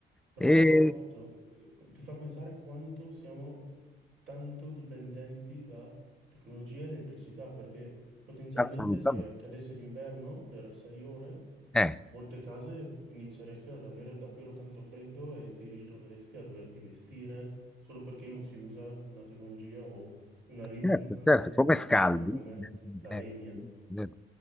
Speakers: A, on the right (about 70°); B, in the centre.
A: Però
B: E
A: appunto eh, ti fa pensare quanto siamo tanto dipendenti da tecnologia e elettricità, perché potenzialmente
B: assolutamente.
A: se accadesse d'inverno per sei ore,
B: Eh.
A: molte case inizieresti ad avere davvero tanto freddo e ti ritroveresti a doverti vestire solo perché non si usa una tecnologia o una ridondanza
B: Certo, certo,
A: di riscaldamento
B: come scaldi.
A: come la
B: Eh,
A: legna.
B: eh,